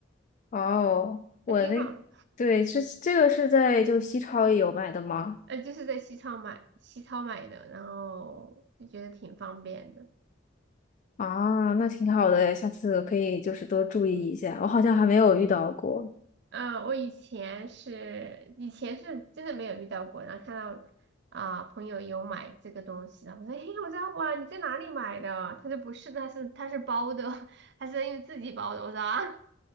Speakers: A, on the left; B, on the right.
A: 哦，我那对是这个是在就是西超也有卖的吗？
B: 那挺好。嗯，就是在西超买，西超买的，然后就觉得挺方便的。
A: 啊，那挺好的诶，下次可以就是多注意一下。我好像还没有遇到过。
B: 嗯，我以前是，以前是真的没有遇到过，然后看到啊、朋友有买这个东西，然后我说，嘿，我说哇，你在哪里买的？他说不是的，他是他是包的，<laughs> 他是因为自己包的。我说啊，